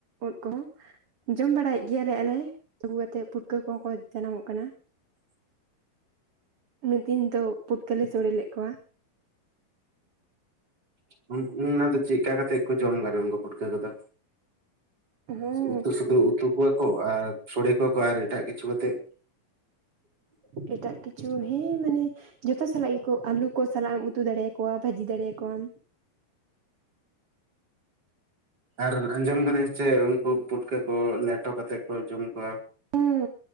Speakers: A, on the right (about 45°); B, on the right (about 25°).
A: ᱩᱫ ᱠᱚᱦᱚᱸ ᱡᱚᱢ ᱵᱟᱲᱟᱭᱮᱫ ᱜᱮᱭᱟᱞᱮ ᱟᱞᱮ ᱟᱹᱜᱩ ᱠᱟᱛᱮᱫ ᱯᱩᱴᱠᱟᱹ ᱠᱚᱦᱚᱸ ᱠᱚ ᱡᱟᱱᱟᱢᱚᱜ ᱠᱟᱱᱟ ᱾
B: <inaudible>
A: ᱢᱤᱫ ᱫᱤᱱ ᱫᱚ ᱯᱩᱴᱠᱟᱹᱞᱮ ᱥᱚᱲᱮ ᱞᱮᱫ ᱠᱚᱣᱟ
B: <unintelligible> ᱪᱮᱫ ᱠᱟ ᱠᱟᱛᱮᱜ ᱠᱚ ᱡᱚᱢ <unintelligible> ᱯᱩᱴᱠᱟᱹ ᱠᱚᱫᱚ
A: ᱦᱚᱸ
B: ᱩᱛᱩ ᱥᱩᱫᱷᱩ ᱩᱛᱩ ᱠᱚᱣᱟ ᱠᱚ ᱟᱨ ᱥᱚᱲᱮ ᱠᱚᱣᱟ ᱠᱚ ᱟᱨ ᱮᱴᱟᱜ ᱠᱤᱪᱷᱩ ᱠᱟᱛᱮ <inaudible>
A: ᱮᱴᱟᱜ ᱠᱤᱪᱷᱩ ᱦᱮᱸ ᱢᱟᱱᱮ ᱡᱚᱛᱚ ᱥᱟᱞᱟᱜ ᱜᱮᱠᱚ ᱟᱹᱞᱩ ᱠᱚ ᱥᱟᱞᱟᱜ ᱮᱢ ᱩᱛᱩ ᱫᱟᱲᱮ ᱟᱠᱚᱣᱟ ᱵᱷᱟᱹᱡᱤ ᱫᱟᱲᱮ ᱟᱠᱚᱣᱟᱢ ᱾
B: ᱟᱨ ᱟᱸᱡᱚᱢ ᱞᱮᱫᱟᱹᱧ ᱥᱮ ᱪᱮᱫ ᱩᱱᱠᱩ ᱯᱩᱴᱠᱟᱹ ᱠᱚ ᱞᱮᱴᱚ ᱠᱟᱛᱮᱫ ᱠᱚ ᱡᱚᱢ ᱠᱚᱣᱟ ᱾
A: ᱦᱚᱸ